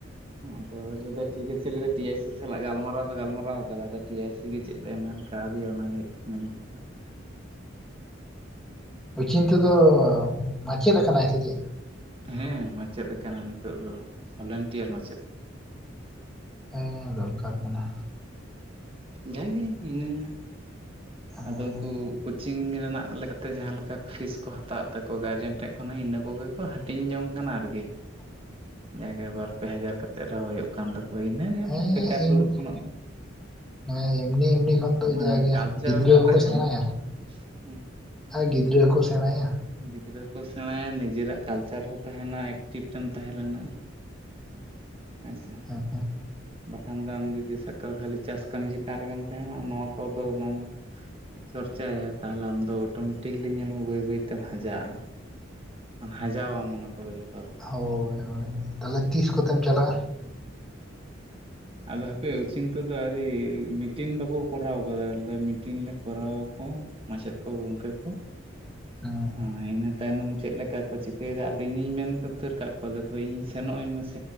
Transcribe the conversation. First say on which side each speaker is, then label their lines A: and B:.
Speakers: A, on the right; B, in the centre.
A: ᱟᱫᱚᱭ ᱞᱟᱹᱭᱫᱟ ᱴᱷᱤᱠ ᱟᱪᱷᱮ ᱞᱟᱹᱭᱫᱟᱭ ᱴᱤ ᱟᱭ ᱥᱤ ᱥᱟᱞᱟᱜ ᱜᱟᱞᱢᱟᱨᱟᱣ ᱫᱚ ᱜᱟᱞᱢᱟᱨᱟᱣ ᱠᱟᱫᱟ ᱟᱫᱚ ᱴᱤ ᱟᱭ ᱥᱤ ᱜᱮ ᱪᱮᱫ ᱮ ᱢᱮᱱ ᱠᱟᱣᱫᱮᱭᱟ ᱚᱱᱟᱜᱮ ᱦᱳᱭᱳ ᱠᱟᱱᱟ ᱢᱮᱱ ᱠᱟᱛᱷᱟ᱾
B: ᱚᱪᱤᱱᱛᱚ ᱫᱚ ᱢᱟᱪᱮᱫ ᱟᱠᱟᱱᱟᱭ ᱥᱮ ᱪᱮᱫ?
A: ᱦᱮᱸ ᱢᱟᱪᱮᱫ ᱟᱠᱟᱱᱟᱭ ᱱᱤᱛᱚᱜ ᱫᱚ ᱵᱷᱚᱞᱮᱱᱴᱤᱭᱟᱨ ᱢᱟᱪᱮᱫ᱾
B: ᱦᱮᱸ ᱫᱚᱨᱠᱟᱨ ᱠᱟᱱᱟ᱾
A: ᱡᱟᱜᱤ ᱤᱱᱟᱹ ᱜᱮ᱾
B: ᱦᱮᱸ
A: ᱟᱫᱚ ᱩᱝᱠᱩ ᱠᱚᱪᱤᱝ ᱨᱮᱱᱟᱜ ᱟᱞᱮᱠᱟᱛᱮ ᱡᱟᱸᱦᱟ ᱞᱮᱠᱟ ᱯᱷᱤᱥ ᱠᱚ ᱦᱟᱛᱟᱣᱮᱜ ᱛᱟᱠᱚ ᱜᱟᱨᱡᱮᱱ ᱴᱷᱮᱜ ᱠᱷᱚᱱᱟᱜ ᱤᱱᱟᱹ ᱠᱚᱜᱮ ᱠᱚ ᱦᱟᱹᱴᱤᱧ ᱡᱚᱝ ᱠᱟᱱᱟ ᱟᱨᱠᱤ᱾
B: <inaudible>
A: ᱡᱟᱜᱮ ᱵᱟᱨ ᱯᱮ ᱦᱟᱡᱟᱨ ᱠᱟᱛᱮ ᱨᱮᱦᱚ ᱦᱳᱭᱳᱜ ᱠᱟᱱ ᱛᱟᱠᱚᱣᱟ ᱤᱱᱟᱹᱜᱮ
B: ᱦᱮᱸ
A: ᱵᱮᱠᱟᱨ
B: ᱤᱢᱱᱤ,
A: ᱫᱩᱲᱩᱵ ᱠᱷᱚᱱᱟᱜ ᱫᱚ
B: ᱦᱮᱸ ᱤᱢᱱᱤᱼᱤᱢᱱᱤ ᱠᱷᱚᱱ ᱫᱚ
A: ᱢᱟᱱᱮ
B: ᱡᱟᱜᱮ
A: ᱠᱟᱞᱪᱟᱨ
B: ᱜᱤᱫᱽᱨᱟᱹ
A: ᱦᱚᱸ
B: ᱦᱚᱸᱠᱚ
A: ᱛᱟᱦᱮᱱᱟ
B: ᱥᱮᱬᱟᱭᱟ
A: ᱦᱩᱸ
B: ᱟᱨ ᱜᱤᱫᱽᱨᱟᱹ ᱦᱚᱸᱠᱚ ᱥᱮᱬᱟᱭᱟ᱾
A: ᱜᱤᱫᱽᱨᱟᱹ ᱦᱚᱸᱠᱚ ᱥᱮᱬᱟᱭᱟ, ᱱᱤᱡᱟᱨᱟᱜ ᱠᱟᱞᱪᱟᱨ ᱦᱚᱸ ᱛᱟᱦᱮᱱᱟ ᱮᱠᱴᱤᱵᱷ ᱨᱮᱢ ᱛᱟᱦᱮᱸ ᱞᱮᱱᱟ᱾ ᱟᱪᱪᱷᱟ?
B: ᱦᱮᱸ
A: ᱵᱟᱠᱷᱟᱱ ᱫᱚ ᱟᱢ ᱡᱩᱫᱤ ᱥᱟᱠᱟᱞ ᱠᱷᱟᱹᱞᱤ ᱪᱟᱥ ᱠᱟᱹᱢᱤ ᱪᱮᱛᱟᱱ ᱨᱮᱜᱮᱢ ᱛᱟᱦᱮᱸᱱᱟ ᱱᱚᱣᱟ ᱠᱚᱫᱚ ᱵᱟᱢ ᱪᱚᱨᱪᱟᱭᱟ ᱛᱟᱦᱚᱞᱮ ᱟᱢᱫᱚ ᱳᱴᱳᱢᱮᱴᱤᱠᱞᱤ ᱧᱮᱞ ᱢᱮ, ᱵᱟᱹᱭ ᱵᱟᱹᱭ ᱛᱮᱢ ᱦᱟᱡᱟᱜᱼᱟ᱾ ᱟᱢ ᱦᱟᱡᱟᱣ ᱟᱢ ᱚᱱᱟ ᱠᱚᱫᱚ ᱡᱷᱚᱛᱚ
B: ᱦᱳᱭᱼᱦᱳᱭ ᱛᱟᱦᱚᱞᱮ ᱛᱤᱥ ᱠᱚᱛᱮᱢ ᱪᱟᱞᱟᱜᱼᱟ?
A: ᱟᱫᱚ ᱦᱟᱯᱮ ᱚᱪᱤᱱᱛᱚ ᱫᱚ ᱟᱹᱣᱨᱤ, ᱢᱤᱴᱤᱱ ᱵᱟᱠᱚ ᱠᱚᱨᱟᱣ ᱟᱠᱟᱫᱟ, ᱟᱞᱮ ᱢᱤᱴᱤᱱ ᱞᱮ ᱠᱚᱨᱟᱣ ᱟᱠᱚ ᱢᱟᱪᱮᱫ ᱠᱚ ᱜᱚᱝᱠᱮ ᱠᱚ
B: ᱦᱮᱸ
A: ᱟᱸ ᱤᱱᱟᱹ ᱛᱟᱭᱱᱚᱢ ᱪᱮᱫ ᱞᱮᱠᱟ ᱪᱮᱫ ᱠᱚ ᱪᱤᱠᱟᱹᱭ ᱮᱫᱟ, ᱟᱫᱚ ᱤᱧᱤᱧ ᱢᱮᱱ ᱩᱛᱟᱹᱨ ᱠᱟᱜ ᱠᱚᱣᱟ, ᱫᱮᱠᱷᱳ ᱤᱧ ᱥᱮᱱᱚᱜ ᱟᱹᱧ ᱢᱮᱥᱮ